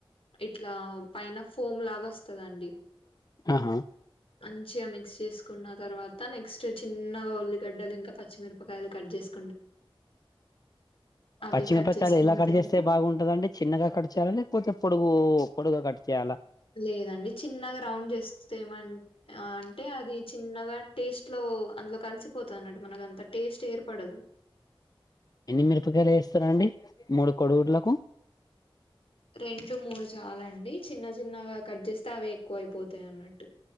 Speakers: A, on the left; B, on the left.
A: ఇట్లా పైన ఫోమ్ లాగా వస్తదండి
B: ఆహా
A: మంచిగా మిక్స్ చేసుకున్న తర్వాత నెక్స్ట్ చిన్నగా ఉల్లిగడ్డలు ఇంకా పచ్చిమిరపకాయలు కట్ చేసు అవి
B: పచ్చి
A: కట్
B: మిరపకాయలు
A: చేసుకున్న
B: ఎలా కట్చేస్తే
A: తర్వాత
B: బాగుంటదండి చిన్నగా కట్ చేయాల లేకపోతే పొడుగూ పొడుగ కట్ చేయాల
A: లేదండి చిన్నగా రౌండ్ చేస్తే ఏమన్ ఆ అంటే అది చిన్నగా టేస్ట్ లో అందులో కలిసిపోత అన్నట్టు మనకు అంత టేస్ట్ ఏర్పడదు
B: ఎన్ని మిరపకాయలు ఏస్తరండి మూడు కోడుగుడ్లకు
A: రెండు మూడు చాలండి చిన్న చిన్నగా కట్ చేస్తే అవే ఎక్కువ అయిపోతాయి అన్నట్టు